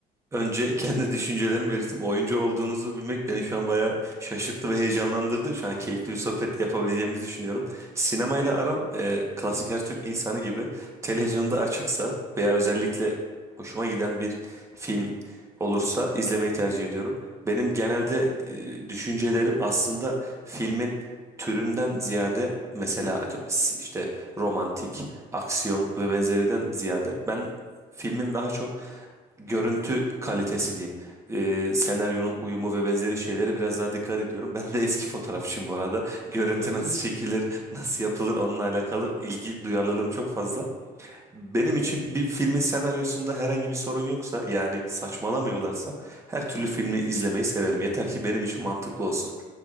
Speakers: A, on the right; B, on the right.
A: Önce kendi düşüncelerimi belirttim. Oyuncu olduğunuzu bilmek beni şu an bayağı şaşırttı ve heyecanlandırdı. Şu an keyifli bir sohbet yapabileceğimizi düşünüyorum. Sinemayla aram e, klasik her Türk insanı gibi televizyonda açıksa veya özellikle hoşuma giden bir film olursa izlemeyi tercih ediyorum. Benim genelde e, düşüncelerim aslında filmin türünden ziyade mesela atıyorum s- işte romantik, aksiyon ve benzeriden ziyade ben filmin daha çok görüntü kalitesi diyeyim. Ee, senaryonun uyumu ve benzeri şeylere biraz daha dikkat ediyorum. Ben de eski fotoğrafçıyım bu arada. Görüntü
B: Öyle
A: nasıl
B: mi?
A: çekilir, nasıl yapılır onunla alakalı ilgi duyarlılığım çok fazla. Benim için
B: Hı hı.
A: bir filmin senaryosunda herhangi bir sorun yoksa yani saçmalamıyorlarsa her türlü filmi izlemeyi severim. Yeter ki benim için mantıklı olsun.